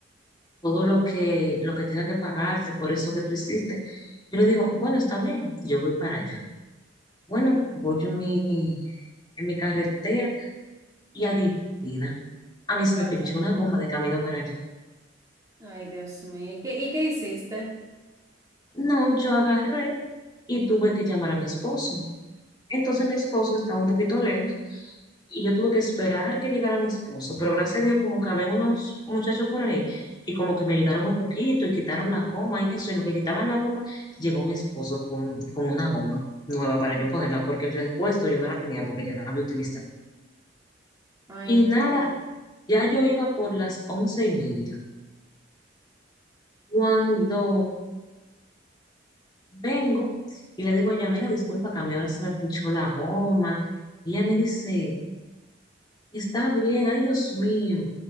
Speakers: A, on the left; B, on the right.
A: todo lo que, lo que tenga que pagarte por eso que tú hiciste. Yo le digo, bueno, está bien, yo voy para allá. Bueno, voy en mi, en mi carretera y adivina, a
B: ¿Qué
A: mí se
B: pasa?
A: me pinchó una goma de camino para allá.
B: Ay, Dios mío. ¿Y qué, y qué hiciste?
A: No, yo agarré y tuve que llamar a mi esposo. Entonces mi esposo estaba un poquito lejos y yo tuve que esperar que llegara mi esposo, pero gracias a Dios como que había unos muchachos por ahí y como que me ayudaron un poquito y quitaron la goma y eso, y en lo que quitaban la goma, llegó mi esposo con, con una goma nueva para yo ponerla, porque el repuesto yo no la tenía porque ya la había utilizado.
B: Ay,
A: Y nada,
B: no.
A: ya yo iba por las once y media. Cuando vengo y le digo a ella, mira, disculpa, que a mí ahora se me pinchó la goma. Y ella me dice, Está bien, ay Dios mío.